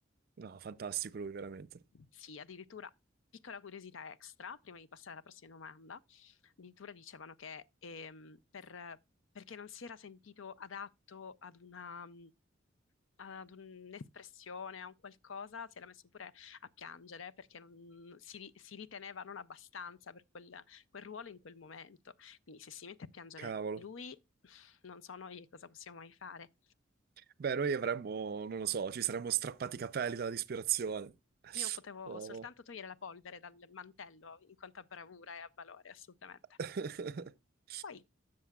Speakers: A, on the right (about 50°); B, on the left (about 75°).
A: No, fantastico lui, veramente.
B: Sì, addirittura piccola curiosità extra, prima di passare alla prossima domanda, addirittura dicevano che ehm, per- perché non si era sentito adatto ad una, mh, ad un'espressione, a un qualcosa, si era messo pure a piangere perché non- si, ri- si riteneva non abbastanza per quel, quel ruolo in quel momento. Quindi se si mette a piangere
A: Cavolo.
B: lui, non so noi cosa possiamo mai fare.
A: Beh, noi avremmo, non lo so, ci saremmo strappati i capelli dalla disperazione.
B: Io potevo
A: Oh.
B: soltanto togliere la polvere dal mantello in quanto a bravura e a valore, assolutamente.
A: <laughs>
B: Poi,